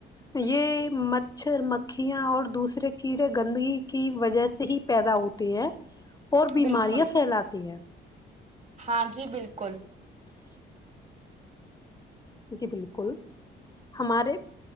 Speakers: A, on the left; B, on the right.
A: یہ مچھر مکھیاں اور دوسرے کیڑے گندگی کی وجہ سے ہی پیدا ہوتے ہیں اور بیماریاں
B: بالکل
A: پھیلاتی ہیں
B: ہاں جی بالکل
A: جی بالکل ہمارے